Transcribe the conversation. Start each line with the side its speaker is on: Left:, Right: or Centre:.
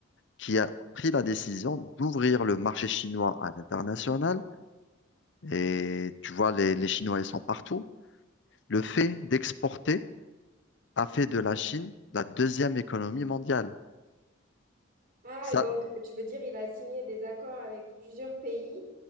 Left: qui a pris la décision d'ouvrir le marché chinois à l'international. Et tu vois, les, les Chinois, ils sont partout. Le fait d'exporter a fait de la Chine la deuxième économie mondiale.
Right: Ah,
Left: Ça,
Right: donc euh, tu veux dire il a signé des accords avec plusieurs pays